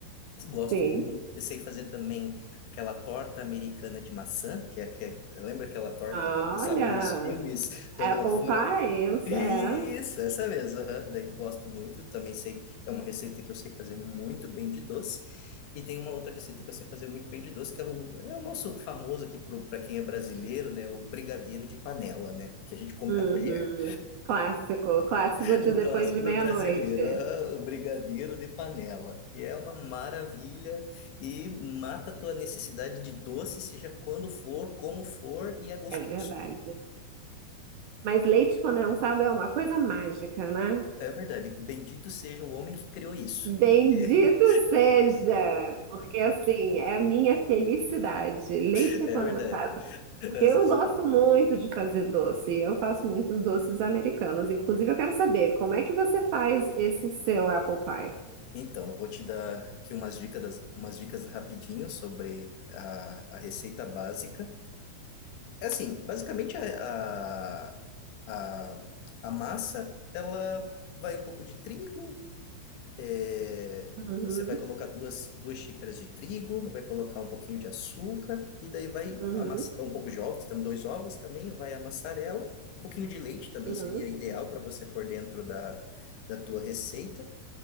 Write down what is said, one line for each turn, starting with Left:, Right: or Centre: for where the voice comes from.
Left: Gosto
Right: Sim.
Left: muito. Eu sei fazer também aquela torta americana de maçã, que é que lembra aquela torta
Right: Olha,
Left: que passava nos filmes, toda
Right: Apple
Left: fora.
Right: Pie, eu,
Left: Isso,
Right: é.
Left: essa mesmo. aham. Daí gosto muito. Também sei, é uma receita que eu sei fazer muito bem de doce. E tem uma outra receita que eu sei fazer muito bem de doce, que é o, é o nosso famoso aqui para quem é brasileiro, né? O brigadeiro de panela, né? Que a gente come
Right: Uhum.
Left: com a colher.
Right: Clássico, clássico
Left: <laughs>
Right: de depois
Left: O clássico
Right: de
Left: do
Right: meia-noite.
Left: brasileiro, ah, o brigadeiro de panela, que é uma maravilha e mata a tua necessidade de doce, seja quando for, como for, e é gostoso.
Right: É verdade. Mas leite condensado é uma coisa mágica, né?
Left: É verdade, bendito seja o homem que criou isso,
Right: Bendito
Left: porque
Right: seja, porque assim é a minha felicidade, leite
Left: <laughs> é
Right: condensado.
Left: verdade. Às
Right: Porque eu
Left: vezes-
Right: gosto muito de fazer doce, eu faço muitos doces americanos. Inclusive, eu quero saber como é que você faz esse seu apple pie.
Left: Então, eu vou te dar aqui umas dicas, umas dicas rapidinho sobre a, a receita básica. É Assim, basicamente a, a, a, a massa, ela vai um pouco de trigo, É,
Right: Uhum,
Left: você vai colocar duas, duas xícaras de trigo, vai colocar um pouquinho de açúcar, e daí vai
Right: uhum,
Left: amassar um pouco de ovos, também dois ovos também, vai amassar ela. Um pouquinho de leite também
Right: uhum,
Left: seria ideal para você pôr dentro da, da tua receita.